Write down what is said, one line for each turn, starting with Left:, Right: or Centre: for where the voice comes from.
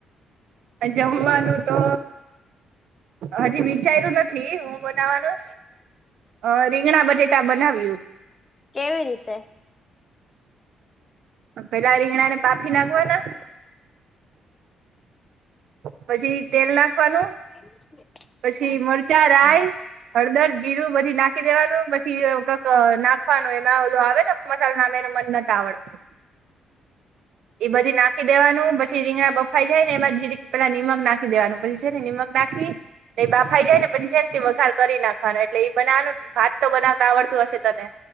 Right: જમવાનું તો હજી વિચાર્યું નથી હું બનાવાનું સ અ રીંગણા બટેટા બનાવ્યું
Left: કેવી રીતે
Right: પેલા રીંગણા ને બાફી નાખવાના પછી તેલ નાખવાનું
Left: <inaudible>
Right: પછી મરચાં રાય
Left: હા.
Right: હળદર જીરું બધી નાખી દેવાનું પછી કઈક નાખવાનું એમાં ઓલુ આવે ને મસાલા નું નામ એનું મન નથ આવડતું એ બધી નાખી દેવાનું પછી રીંગણા બફાઈ જાય ને એમાં જરીક પેલા નિમક નાખી દેવાનું પછી છે ને નિમક નાખી એ બફાઈ જાયને પછી શેમથી વઘાર કરી નાખવાનું એટલે એ બનાવાનું ભાત તો બનાવતા આવડતું હશે તને